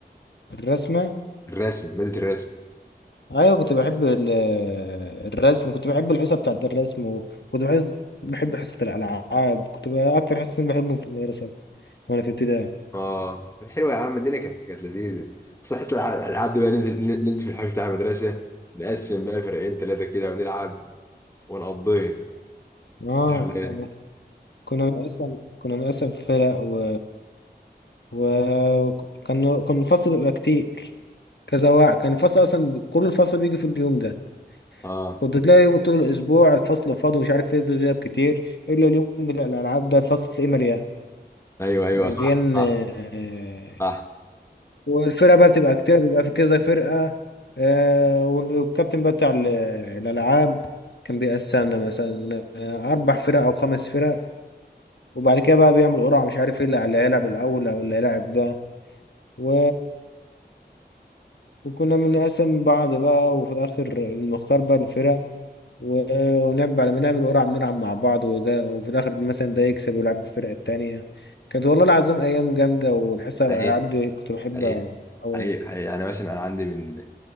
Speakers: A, on the left (about 85°); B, on the left (about 15°).
A: الرسمة
B: الرسم ماده الرسم
A: أيوة كنت بحب ال- الرسم كنت بحب الحصة بتاعت الرسم وكنت بحس بحب حصة الألعاب كنت بقى أكتر حصتين بحبهم في المدرسة أصلا وأنا في ابتدائي
B: اه كانت حلوه يا عم الدنيا كانت كانت لذيذه بس حس الع- الالعاب دي بقى ننزل ننزل في الحوش بتاع المدرسه نقسم بقى فرقين ثلاثه كده ونلعب ونقضيها
A: آه
B: صح ولا إيه؟
A: كنا كنا بنقسم كنا بنقسم فرق و... و... كان كان الفصل بيبقى كتير كذا واحد كان الفصل أصلا كل الفصل بيجي في اليوم ده
B: اه
A: كنت تلاقي طول الاسبوع الفصل فاضي ومش عارف ايه في غياب كتير الا اليوم بتاع الالعاب ده الفصل تلاقيه مليان
B: ايوه ايوه
A: مليان
B: صح صح
A: آه،
B: صح
A: والفرقه بقى بتبقى كتير بيبقى في كذا فرقه آه، والكابتن بقى بتاع ال- الالعاب كان بيقسمنا مثلا آه، اربع فرق او خمس فرق وبعد كده بقى بيعمل قرعه مش عارف ايه اللي اللي هيلعب الاول او اللي هيلعب ده و... وكنا بنقسم بعض بقى وفي الاخر المختار بقى الفرق و- ونلعب على ما نعمل قرعة بنلعب مع بعض وده وفي الآخر مثلا ده يكسب ويلعب بالفرقة التانية كانت والله العظيم أيام جامدة والحصة على
B: حقيقي
A: الألعاب دي كنت بحبها
B: حقيقي
A: أوي
B: حقيقي حقيقي يعني مثلا انا عندي من